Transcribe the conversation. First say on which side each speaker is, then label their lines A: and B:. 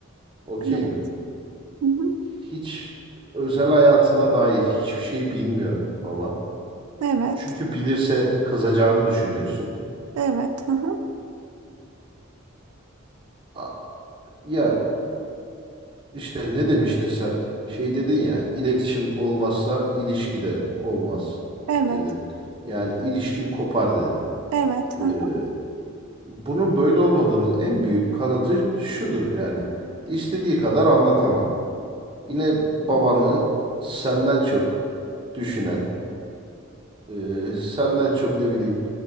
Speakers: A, on the right; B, on the right.
A: Okey
B: Evet.
A: mi?
B: Hı hı.
A: Hiç özel hayatına dair hiçbir şey bilmiyor baban.
B: Evet,
A: Çünkü bilirse kızacağını düşünüyorsun.
B: evet, hı hı,
A: A- Ya işte ne demiştin sen? Şey dedin ya, iletişim olmazsa ilişki de olmaz
B: evet,
A: dedin. Yani ilişkin kopar dedin.
B: evet. hı
A: Ee,
B: hı.
A: Bunun böyle olmadığını en büyük kanıtı şudur yani. İstediği kadar anlatama. Yine babanı senden çok düşünen, e, senden çok ne bileyim